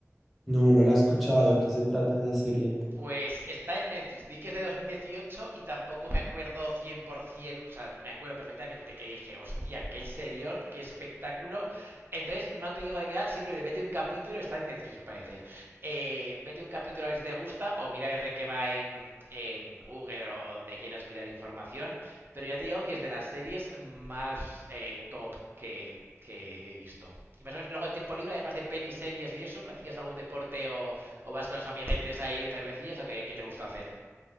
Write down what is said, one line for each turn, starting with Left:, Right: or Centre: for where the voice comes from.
Centre: No, no la he escuchado, ¿de qué se trata esa serie?
Right: Pues está en Netflix. Di que es de 2018 y tampoco me acuerdo 100%. O sea, me acuerdo perfectamente que dije, hostia, qué serión, qué espectáculo. Entonces, no te digo de qué va, simplemente vete un capítulo. Está en Netflix, me parece. Eh, vete un capítulo a ver si te gusta o mira a ver de qué va en, en Google o donde quieras mirar información. Pero ya te digo que es de las series más eh, top que, que he visto. Y más o menos luego de tiempo libre, además de pelis, series y eso, ¿practicas algún deporte o, o vas con los amiguetes ahí de cervecillas o qué, qué te gusta hacer?